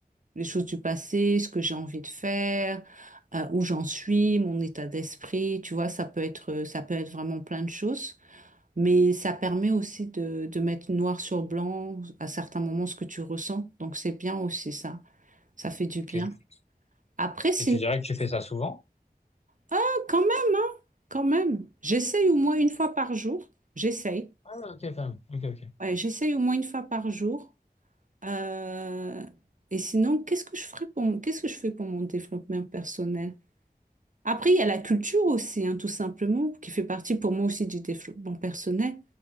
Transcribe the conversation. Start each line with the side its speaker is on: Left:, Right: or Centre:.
Right: les choses du passé, ce que j'ai envie de faire, euh, où j'en suis, mon état d'esprit. Tu vois, ça peut être ça peut être vraiment plein de choses. Mais ça permet aussi de, de mettre noir sur blanc à certains moments ce que tu ressens. Donc c'est bien aussi ça. Ça fait du
Left: ok.
Right: bien. Après, sinon
Left: Et tu dirais que tu fais ça souvent?
Right: Ah, quand même, hein, quand même. J'essaye au moins une fois par jour. J'essaye.
Left: Ah, ok, quand même. Ok, ok.
Right: Ouais, j'essaye au moins une fois par jour. Euh, et sinon, qu'est-ce que je ferais pour mon, qu'est-ce que je fais pour mon développement personnel? Après, il y a la culture aussi, hein, tout simplement, qui fait partie pour moi aussi du développement personnel.